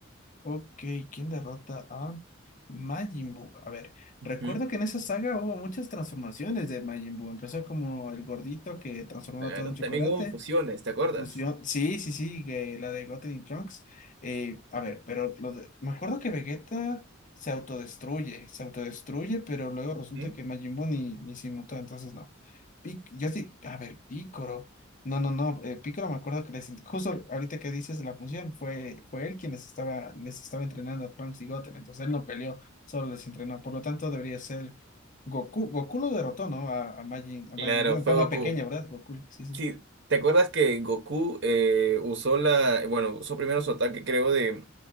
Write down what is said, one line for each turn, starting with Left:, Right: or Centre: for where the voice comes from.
Left: Ok, ¿quién derrota a Majin Buu? A ver,
Right: Ujú.
Left: recuerdo que en esa saga hubo muchas transformaciones de Majin Buu. Empezó como el gordito que transformaba
Right: Claro,
Left: todo en chocolate.
Right: también hubo fusiones, ¿te acuerdas?
Left: Fusión, Sí, sí, sí, que la de Goten y Trunks. Eh, a ver, pero lo de- me acuerdo que Vegeta se autodestruye, se autodestruye, pero luego
Right: Ujú.
Left: resulta que Majin Buu ni, ni se inmutó, entonces no. Pic- yo sí, a ver, Picoro. No, no, no, eh, Picoro me acuerdo que les, justo ahorita que dices de la fusión, fue, fue él quien les estaba, les estaba entrenando a Trunks y Goten, entonces él no peleó, solo les entrenó, por lo tanto debería ser Goku. Goku lo derrotó, ¿no? A, a Majin, a
Right: Claro,
Left: Majin Buu en
Right: fue
Left: forma
Right: Goku.
Left: pequeña, ¿verdad? Goku, sí, sí,
Right: Sí, ¿te acuerdas que Goku eh, usó la, bueno, usó primero su ataque, creo, de